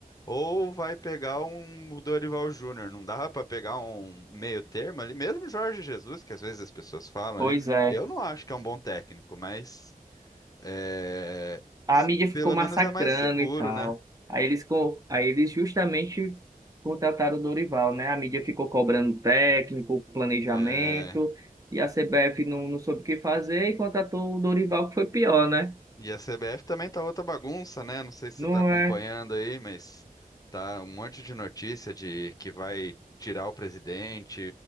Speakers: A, on the left; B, on the right.
A: Ou vai pegar um Dorival Júnior. Não dava para pegar um meio termo ali, mesmo Jorge Jesus, que às vezes as pessoas falam
B: pois
A: ali.
B: é.
A: Eu não acho que é um bom técnico, mas é,
B: a
A: s-
B: mídia ficou
A: pelo
B: massacrando
A: menos é mais seguro,
B: e tal.
A: né?
B: Aí eles, co- aí eles justamente contrataram o Dorival, né? A mídia ficou cobrando técnico, planejamento,
A: É,
B: e a CBF não, não soube o que fazer e contratou o Dorival, que foi pior, né?
A: e a CBF também tá outra bagunça, né? Não sei se
B: Não
A: você tá acompanhando
B: é?
A: aí, mas tá um monte de notícia de que vai tirar o presidente,